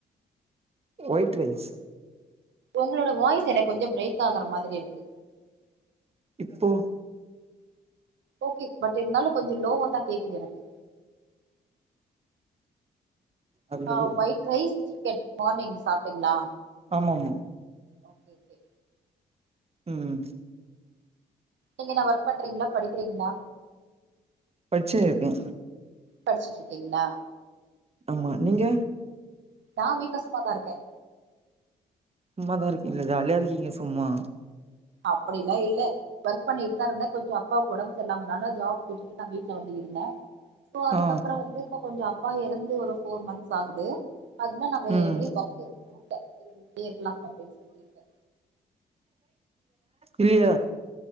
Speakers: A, on the right; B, on the right.
A: ஒயிட் ரைஸ்
B: உங்களோட வாய்ஸ் எனக்கு கொஞ்சம் பிரேக் ஆகுற மாரி இருக்கு
A: இப்போ
B: ஓகே பட் இருந்தாலும் கொஞ்ச லோவா தான் கேக்குது எனக்கு
A: ஹலோ
B: ஆஹ ஒயிட் ரைஸ் சிக்கன் மார்னிங் சாப்டிங்களா
A: ஆமாமா
B: ஓகே கே
A: உஹம்
B: எங்கடா அவர் ஒர்க் பண்றீங்களா படிக்கிறீங்களா
A: படிச்சுன்னு இருக்கே
B: படிச்சுட்டு இருக்கீங்களா
A: ஆமா நீங்க
B: நான் வீட்டுல சும்மாதான் இருக்கேன்
A: சும்மாதான் இருக்கீங்களல்ல ஜாலியா இருக்கீங்க சும்மா
B: அப்டிலாம் இல்ல ஒர்க் பண்ணிட்டு தான் இருந்தேன் கொஞ்சோம் அப்பாகு உடம் செரி நம்ம ஜாப் விட்டுட்டு நான் வீட்ட்டு வந்து இருந்தேன் சோ அதுக்கப்புற
A: ஆ
B: வந்து இப்ப கொஞ்ச அப்பா இறந்து ஒரு போர் மந்த்ஸ் ஆகுது அதுனா நான்
A: ம்
B: எங்கயும் ஒர்க் எதுவும் போகலே இருக்கலாம் அப்டின்னு சொல்லி இருக்கே
A: இல்ல